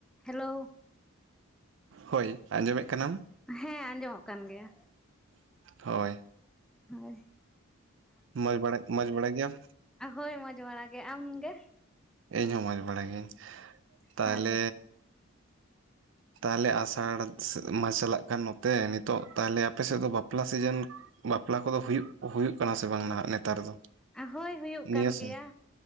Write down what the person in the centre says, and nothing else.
Hello
ᱦᱮᱸ ᱟᱸᱡᱚᱢᱚᱜ ᱠᱟᱱ ᱜᱮᱭᱟ
ᱦᱳᱭ
ᱟᱫᱚ ᱦᱳᱭ ᱢᱚᱡᱽ ᱵᱟᱲᱟ ᱜᱮ ᱟᱢ ᱜᱮ?
ᱦᱮᱸ ᱛᱚ
ᱦᱳᱭ ᱦᱩᱭᱩᱜ
ᱠᱟᱱ
ᱜᱮᱭᱟ